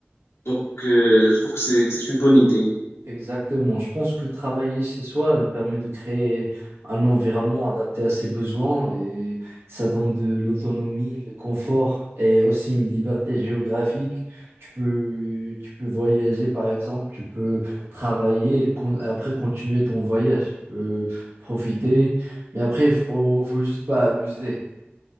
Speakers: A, on the left; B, on the right.
A: Donc euh, je trouve que c'est que c'est une bonne idée.
B: Exactement. Je pense que travailler chez soi, elle permet de créer un environnement adapté à ses besoins et ça donne de l'autonomie, le confort et aussi une liberté géographique. Tu peux, tu peux voyager, par exemple, tu peux travailler et con- après continuer ton voyage. Tu peux profiter, mais après, il faut, faut juste pas abuser.